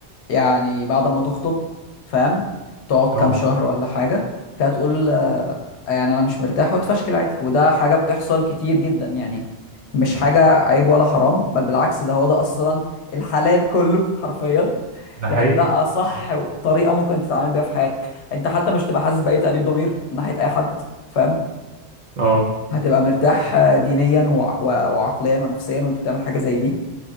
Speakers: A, on the left; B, on the right.
A: يعني بعد ما تخطب فاهم تقعد كام
B: اه
A: شهر ولا حاجة كده تقول آه، يعني أنا مش مرتاح وتفشكل عادي وده حاجة بتحصل كتير جدا يعني مش حاجة عيب ولا حرام بل بالعكس ده هو ده أصلا الحلال كله <laughs> حرفيا
B: ده
A: يعني
B: حقيقي
A: ده أصح طريقة ممكن تتعامل بيها في حياتك أنت حتى مش تبقى حاسس بأي تأنيب ضمير من ناحية أي حد فاهم
B: اه
A: هتبقى مرتاح آه، دينيا وع- وع- وعقليا ونفسيا وأنت بتعمل حاجة زي دي